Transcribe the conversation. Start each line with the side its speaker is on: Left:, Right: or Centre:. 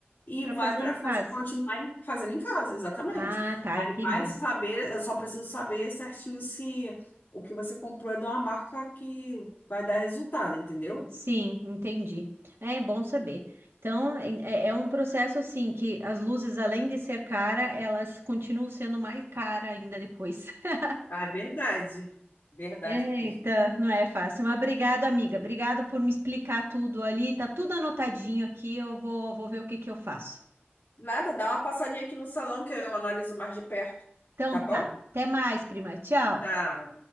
Left: e
Right: Para
Left: vai
Right: fazer
Left: para
Right: em
Left: fazer,
Right: casa.
Left: continuar em- fazendo em casa, exatamente.
Right: Ah, tá,
Left: Aí
Right: entendi.
Left: vai saber, eu só preciso saber certinho se o que você comprou é de uma marca que vai dar resultado, entendeu?
Right: Sim, entendi. É bom saber. Então, é, é é um processo assim que as luzes, além de ser cara, elas continuam sendo mais cara ainda depois. <laughs>
Left: Ah, é verdade. Verdade
Right: Eita,
Left: mesmo.
Right: não é fácil. Mas obrigado, amiga. Obrigada por me explicar tudo ali. Tá tudo anotadinho aqui. Eu vou, vou ver o que que eu faço.
Left: Nada, dá uma passadinha aqui no salão que eu analiso mais de perto.
Right: Então
Left: Tá bom?
Right: tá. Até mais, prima. Tchau.
Left: Tá.